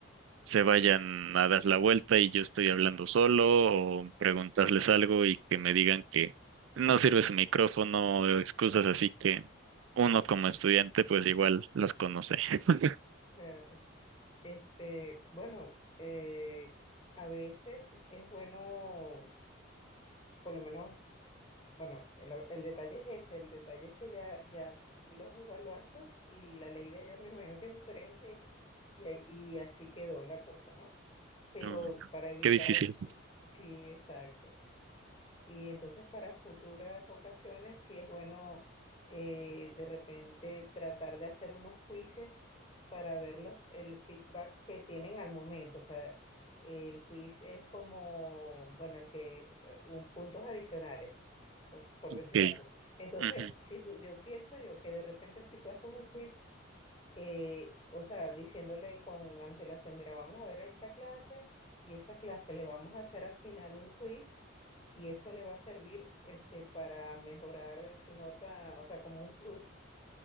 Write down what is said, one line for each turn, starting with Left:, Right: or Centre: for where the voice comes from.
Right: se vayan a dar la vuelta y yo estoy hablando solo o preguntarles algo y que me digan que no sirve su micrófono o excusas así que uno como estudiante pues igual las conoce. <laughs>
Left: Claro. Este, bueno, eh, a veces es bueno, por lo menos, bueno, el, el detalle es ese, el detalle es que ya, ya los evaluaste y la ley de allá me imagino que es diferente y, ahí- y así quedó la cosa, ¿no? Pero
Right: No, no,
Left: para evitar,
Right: qué difícil.
Left: sí, sí, exacto. Y entonces para futuras ocasiones sí es bueno eh, de repente tratar de hacer unos quizzes para ver los, el feedback que tienen al momento. O sea, el quiz es como, bueno, el que, eh, un puntos adicionales, o por
Right: Ok,
Left: decir algo. Entonces,
Right: ujú,
Left: si tú, yo pienso yo que de repente si tú haces un quiz eh, o sea, diciéndole con antelación, mira, vamos a ver esta clase y esa clase le vamos a hacer al final un quiz y eso le va a servir este, para mejorar su nota, o sea, como un plus